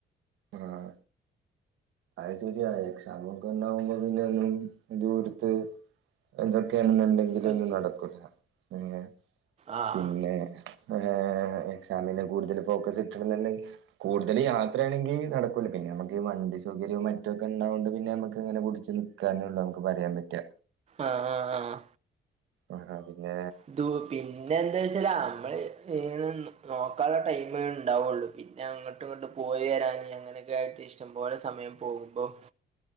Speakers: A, on the right; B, on the right.
A: ആഹ് അത് ശരിയാണ് എക്സാമൊക്കെ ഉണ്ടാവുമ്പോ പിന്നെ ഒന്നും ദൂരത്ത് എന്തൊക്കെയാണെന്നുണ്ടെങ്കിലും
B: ആഹ്
A: ഒന്നും നടക്കൂല ഉം
B: ആഹ്
A: പിന്നെ ഒര് എക്സാമിന്റെ കൂടുതല് ഫോക്കസ് കിട്ടണം എന്നുണ്ടെങ്കി കൂടുതല് യാത്രയാണെങ്കി നടക്കൂല പിന്നെ നമുക്ക് ഈ വണ്ടി സൗകര്യം മറ്റൊക്കെ ഉണ്ടായൊണ്ട് പിന്നെ നമുക്ക് ഇങ്ങനപിടിച്ച് നിക്കാ എന്നുള്ളൂ നമുക്ക് പറയാൻ പറ്റാ
B: ആഹ് ആഹ് ആഹ്
A: ആഹ് പിന്നെ
B: ഇത് പിന്നെ എന്താ വെച്ചാല് നമ്മള് ഇങ്ങനെ നോക്കാനുള്ള ടൈമ് ഉണ്ടാവുള്ളു പിന്നെ അങ്ങോട്ടും ഇങ്ങോട്ട് പോയി വരാൻ അങ്ങനെയൊക്കെ ആയിട്ട് ഇഷ്ടംപോലെ സമയം പോകുമ്പം